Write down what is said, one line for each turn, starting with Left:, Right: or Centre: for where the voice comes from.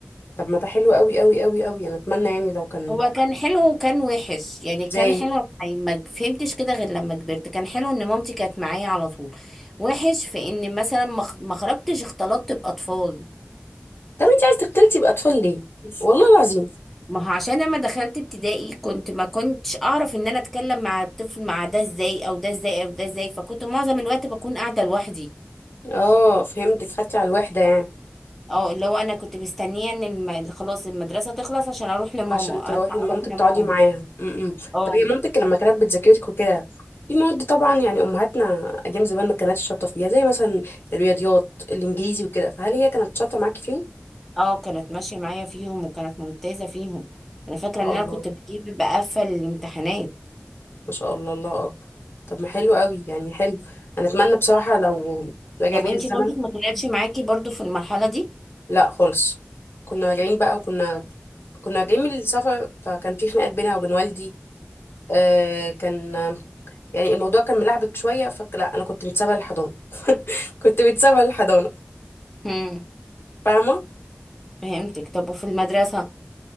Left: طب ما ده حلو قوي قوي قوي قوي انا اتمنى يعني لو كان
Centre: هو كان حلو وكان وحش يعني
Left: ازاي
Centre: كان حلو يعني ما فهمتش كده غير لما كبرت كان حلو ان مامتي كانت معايا على طول وحش في ان مثلا ما خ- ما خرجتش اختلطت باطفال
Left: طب انتي عايز تختلطي باطفال ليه والله العظيم
Centre: ما هو عشان لما دخلت ابتدائي كنت ما كنتش اعرف ان انا اتكلم مع الطفل مع ده ازاي او ده ازاي او ده ازاي فكنت معظم الوقت بكون قاعدة لوحدي
Left: اه فهمتك خدتي على الوحدة يعني
Centre: اه اللي هو انا كنت مستنية ان الم... خلاص المدرسة تخلص عشان اروح لماما
Left: عشان تروحي
Centre: الحق
Left: لمامتك
Centre: اروح لماما
Left: تقعدي معاها امم
Centre: اه
Left: طب هي مامتك لما كانت بتذاكرك وكده في مواد طبعا يعني امهاتنا ايام زمان ما كانتش شاطره فيها زي مثلا الرياضيات الانجليزي وكده فهل هي كانت شاطره معاكي فيهم
Centre: اه كانت ماشية معايا فيهم وكانت ممتازة فيهم انا فاكرة
Left: ما
Centre: ان
Left: شاء
Centre: انا
Left: الله
Centre: كنت بجيب بقفل الامتحانات
Left: ما شاء الله الله اكبر طب ما حلو قوي يعني حلو انا اتمنى بصراحه لو رجع
Centre: طب
Left: بيا
Centre: وانتي
Left: الزمن
Centre: مامتك ما كانتش معاكي برضو في المرحلة دي
Left: لا خالص كنا راجعين بقى وكنا كنا راجعين من السفر فكان في خناقات بينها وبين والدي آه كان يعني الموضوع كان ملعبك شويه فلا انا كنت متسابه للحضانه <laughs> كنت متسابه للحضانه
Centre: امم
Left: فاهمه
Centre: فهمتك طب وفي المدرسة